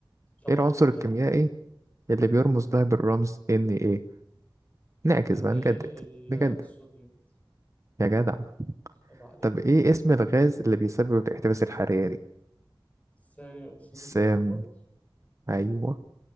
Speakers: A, on the left; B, on the right.
A: تبخر
B: ايه العنصر الكيميائي
A: يعني
B: اللي بيرمز ده بالرمز Na نعكس
A: ان
B: بقى
A: ايه
B: نجدد
A: ال-
B: نجدد
A: الصوديوم
B: يا جدع
A: هيبقى عليك
B: طب ايه اسم الغاز اللي بيسبب الاحتباس الحراري
A: ثاني اكسيد
B: السام
A: الكربون
B: ايوه